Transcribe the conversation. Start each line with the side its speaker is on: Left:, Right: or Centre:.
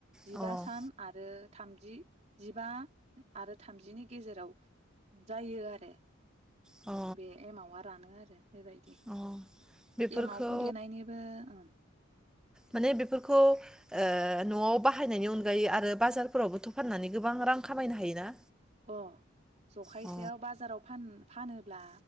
Right: जिबा
Centre: अ
Right: सान आरो। थामजि जिबा आरो थामजिनि गेजेराव जायो आरो।
Centre: अ
Right: बे एमावा रानो आरो। बेबायदि
Centre: अ बेफोरखौ
Right: एमावखौ देनायनिबो ओं।
Centre: माने बेफोरखौ ओ न'आव बाहायनायनि अनगायै आरो बाजारफोरावबोथ' फाननानै गोबां रां खामायनो हायोना।
Right: अ जखायसेयाव
Centre: अ
Right: बाजाराव फान फानोब्ला